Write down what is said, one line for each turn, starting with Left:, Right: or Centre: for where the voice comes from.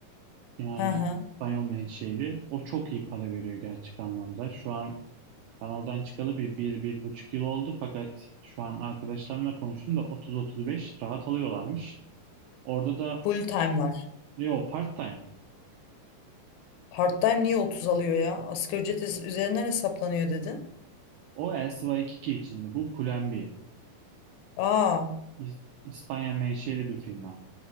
Right: Yani
Left: Hı hı.
Right: İspanyol menşeli. O çok iyi para veriyor gerçek anlamda. Şu an ben oradan çıkalı bir, bir, bir buçuk yıl oldu. Fakat şu an arkadaşlarımla konuştum da 30-35 rahat alıyorlarmış. Orada da
Left: Full time'lar.
Right: Yo part-time.
Left: Part time niye 30 alıyor ya? Asgari ücret es- üzerinden hesaplanıyor dedin.
Right: O El Sıva 22 içinde. Bu Pull&Bear.
Left: Aa,
Right: İs- İspanya menşeli bir firma.